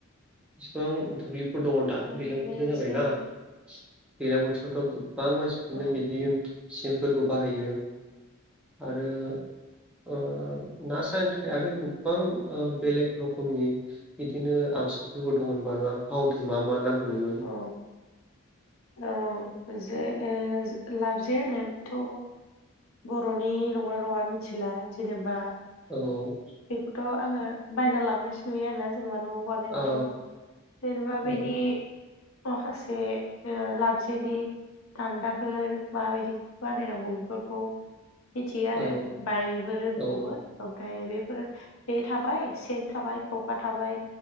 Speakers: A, in the centre; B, on the left.
A: फिफां दुब्लिफोर दंङ दाथ'
B: औ बिदिनो
A: दैज्लां बोथोराव जाबायना।
B: सेम
A: दैज्लां बोथोरावथ' गोबां मानसिफोरनो
B: औ
A: बिदि सेनफोरखौ बाहायो। आरो ओ ना सानो थाखाय आरो गोबां ओ बेलेग रखमनि बिदिनो आंजुफोरबो दंमोन बार आं फावथिं मा मा नाम होनोमोन?
B: अ औ जे ए लाबजे होनो बेथ' बर'नि नंगौना नंङा मिथिला जेनेबा
A: औ
B: बेखौथ' आंङो बायना लाबोनायसो नुयो आरोना जेनेबा न'
A: ओ
B: <unintelligible> जेनेबा
A: औ
B: बैनि माखासे ओ लाबजेनि दान्दाफोर माबायदि बानायनांगौ बेफोरखौ मिथियो आरो
A: औ
B: बानायनोबो रोंखौबो।
A: औ
B: ओमफ्राय बेफोरो बे थाबाय सेन थाबाय खखा थाबाय